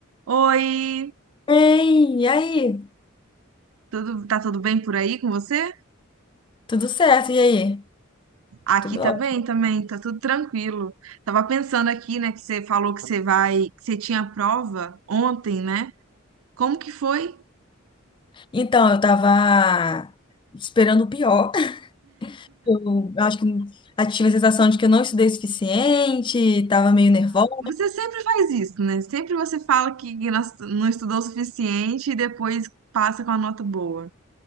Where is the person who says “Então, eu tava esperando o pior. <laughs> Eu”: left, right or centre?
Left